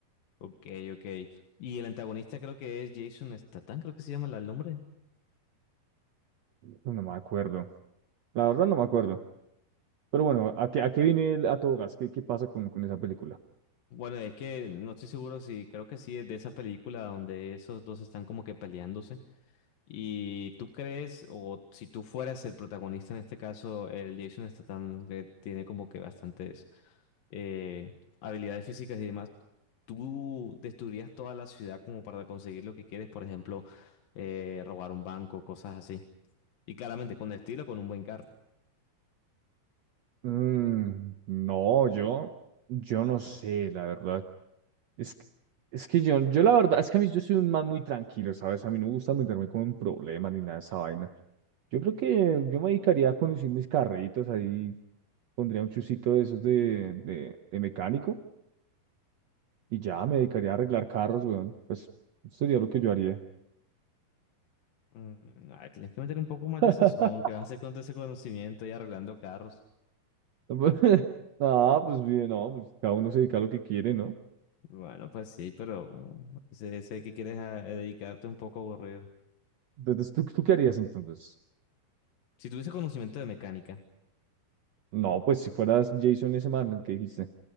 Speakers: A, on the left; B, on the right.
A: Ok, ok. Y el antagonista creo que es Jason Statham, creo que se llama la- el nombre.
B: No me acuerdo. La verdad no me acuerdo. Pero bueno, ¿a qué, a qué viene el A Todo Gas? ¿Qué, qué pasa con, con esa película?
A: Bueno, es que no estoy seguro si creo que sí es de esa película donde esos dos están como que peleándose. ¿Y tú crees, o si tú fueras el protagonista en este caso, el Jason Statham, que tiene como que bastantes eh, habilidades físicas y demás, ¿tú destruirías toda la ciudad como para conseguir lo que quieres? Por ejemplo, eh, robar un banco, cosas así. Y claramente, con estilo, con un buen carro.
B: Mm, no, yo, yo no sé, la verdad. Es que, es que yo, yo la verdad, es que a mí yo soy un man muy tranquilo, ¿sabes? A mí no me gusta meterme como en problemas ni nada de esa vaina. Yo creo que yo me dedicaría a conducir mis carritos, ahí pondría un chusito de esos de, de, de mecánico y ya me dedicaría a arreglar carros, weón. Pues eso sería lo que yo haría.
A: Mm, ay, tienes que meter un poco más
B: <laughs>
A: de sazón, ¿qué vas a hacer con todo ese conocimiento y arreglando carros?
B: <laughs> ah pues bien, no, pues cada uno se dedica a lo que quiere, ¿no?
A: Bueno, pues sí, pero mm, sé, sé que quieres ah, dedicarte un poco aburrido.
B: Entonces, ¿tú, tú qué harías entonces?
A: Si tuviese conocimiento de mecánica.
B: No, pues si fueras Jason ese man, el que dijiste.